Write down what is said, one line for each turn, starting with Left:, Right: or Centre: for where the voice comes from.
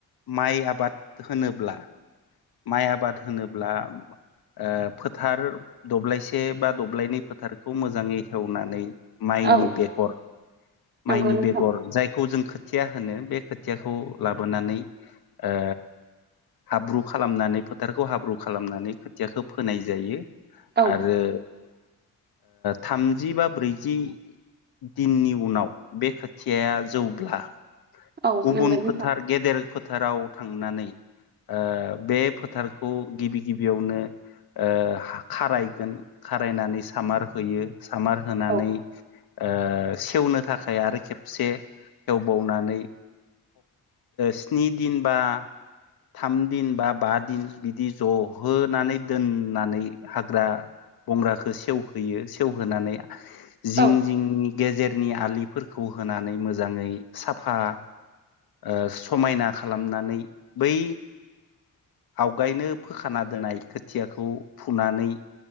Left: माइ आबाद होनोब्ला माइ आबाद होनोब्ला ओ फोथार दब्लायसे बा दब्लायनै फोथारखौ मोजाङै हेवनानै माइनि
Right: औ
Left: बेगर,
Right: नंगौ
Left: माइनि
Right: नोंथां
Left: बेगर जायखौ खौ जों खोथिया होनो, बे खोथियाखौ लाबोनानै ओ हाब्रु खालामनानै फोथारखौ हाब्रु खालामनानै खोथियाखौ फोनाय जायो
Right: औ
Left: आरो थामजि बा ब्रैजि दिननि उनाव बे खोथिया या जौब्ला
Right: औ
Left: गुबुन
Right: नंगौ नोंथां
Left: फोथार गेदेर फोथाराव थांनानै ओ बे फोथारखौ गिबि गिबियावनो ओ खारायगोन खारायनानै सामार होयो, सामार होनानै
Right: औ
Left: ओ सेवनो थाखाय आरो खेबसे एवबावनानै स्नि दिन बा थाम दिन बा बा दिन बिदि जहोनानै दोननानै हाग्रा बंग्राखौ सेवहोयो, सेवहोनानै
Right: औ
Left: जिं जिंनि गेजेरनि आलिफोरखौ खौ होनानै मोजाङै साफा ओ समायना खालामनानै बै आवगायनो फोखाना दोननाय खोथियाखौ फुनानै